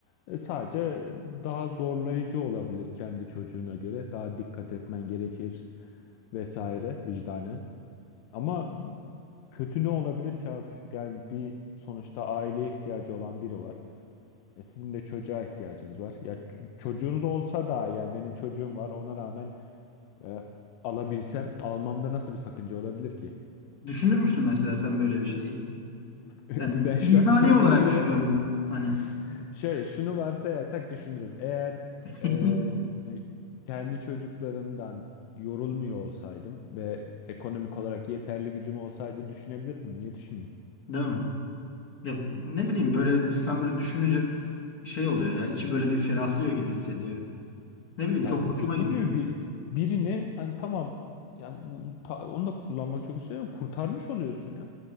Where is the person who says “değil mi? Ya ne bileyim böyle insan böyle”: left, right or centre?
Left